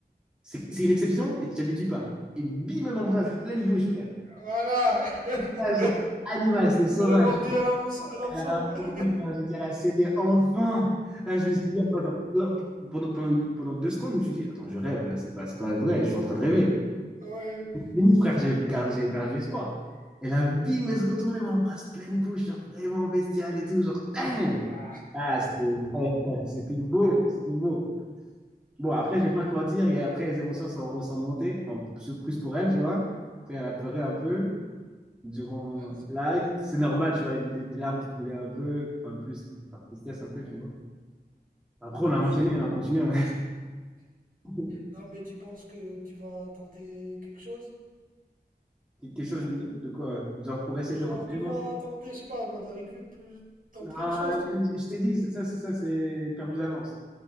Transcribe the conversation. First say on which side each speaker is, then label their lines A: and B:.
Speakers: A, in the centre; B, on the right.
A: c'est c'est une exception et tu t'habitues pas. Et bim, elle m'embrasse pleine bouche, frère.
B: Voilà! <laughs>
A: Ouais, genre, animal, c'était sauvage.
B: Elle a mordu à l'hameçon. à l'hameçon,
A: Là,
B: ouais.
A: aujourd'hui, là, j'ai dit à la CD, enfin! Là, je me suis dit, attends, attends. Non, p- Pendant, pendant une- pendant deux secondes, je me suis dit, attends, je rêve là, c'est pas, c'est pas vrai, je suis en train de rêver.
B: Ouais.
A: Limite, frère, j'avais perdu, j'avais perdu espoir. Et là, bim, elle se retourne et m'embrasse pleine bouche, genre vraiment bestiale et tout, genre, damn!
B: Ah,
A: Ah, c'était ouais, ouais, c'était beau, c'était beau. Bon,
B: ouais.
A: après, je vais pas te mentir, et après, les émotions sont, sont montées, enfin, plus plus pour elle, tu vois. Après, elle a pleuré un peu durant
B: Ah, c'est
A: là
B: pire.
A: c'est normal tu vois les, les- les larmes qui coulaient un peu enfin plus par tristesse un
B: Ouais.
A: peu tu vois après on a
B: Je-
A: enchaîné on a continué hein. <laughs>
B: Non, mais tu penses que tu vas tenter quelque chose?
A: quelque chose
B: Toi.
A: de, de quoi euh, genre pour essayer
B: Genre,
A: de reprendre
B: tu vas tenter, je sais pas, moi, de la récup, euh, tente
A: non
B: quelque chose. tu-
A: je je t'ai dit ça c'est- ça c'est perdu d'avance